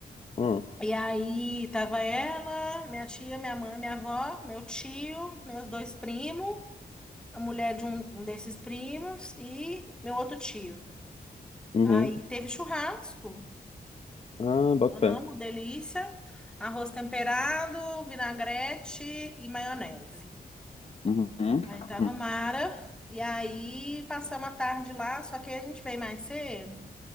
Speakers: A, on the left; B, in the centre.
A: Hum,
B: E aí tava ela, minha tia, minha mãe, minha avó, meu tio, meus dois primos, a mulher de um, um desses primos e meu outro tio.
A: uhum.
B: Aí teve churrasco.
A: Ah, bota
B: Amo,
A: fé.
B: delícia. Arroz temperado, vinagrete e maionese.
A: Uhum. Hum.
B: Aí tava Mara. E aí passamos a tarde lá, só que aí a gente veio mais cedo.